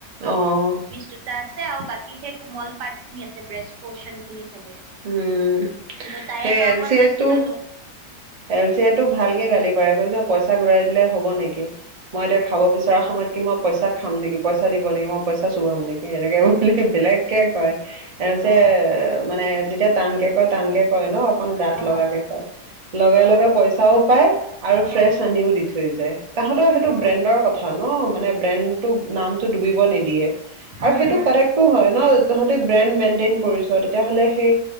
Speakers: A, on the right; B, on the right.
A: অহ
B: জোতা আছে আৰু বাকী সেই কোমল পাৰ্ট খিনি আছে ব্ৰেষ্ট প'চন খিনি। চাগে
A: উম
B: কিন্তু তাৰে
A: এ
B: পৰা অকমান
A: যিহেতু।
B: বাচি ললো
A: এল চি এ তো ভাল কে গালি পাৰিব যে পইচা ঘূৰাই দিলে। হ'ব নেকি মই এতিয়া খাব বিচাৰো। চ সময়ত কি মই পইচা খাম নেকি পইচা দিব নেকি মইা চুবাম নেকি। এনেকে বুলি বেলেগকে কয় পিছে
B: অ
A: মানে। এতিয়াটানকে কয় টানকে- কয় ন অকণ গাত
B: অ
A: লগ কে কয়। লগে লগে
B: অ
A: পইচাও পায় আৰু ফ্ৰেছ
B: অ
A: আনিও দি থৈ যায় তাহাঁতৰ সেইটো
B: অ
A: ব্ৰেণ্ডৰ কথা ন মানে ব্ৰেণ্ডটো নামটো ডুবিব নিদিয়ে
B: উম
A: আৰু
B: উম
A: সেইটো কাৰেক্ট
B: উম উম
A: হয় ন তহঁতে ব্ৰেণ্ড মেইনটেইন কৰিছ তেতিয়াহ'লে সেই